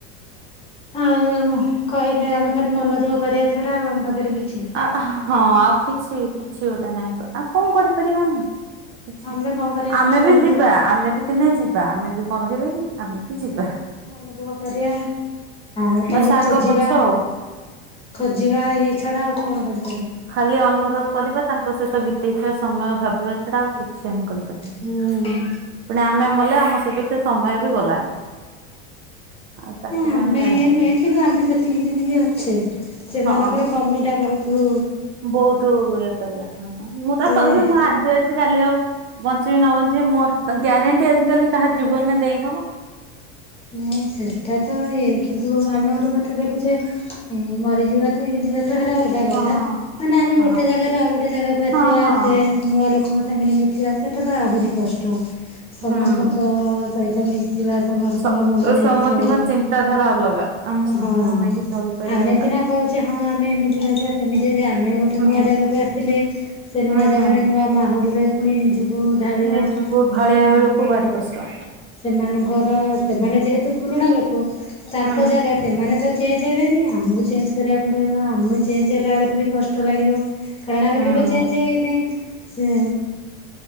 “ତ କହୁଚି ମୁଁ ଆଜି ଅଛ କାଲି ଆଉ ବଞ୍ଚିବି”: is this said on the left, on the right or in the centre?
Right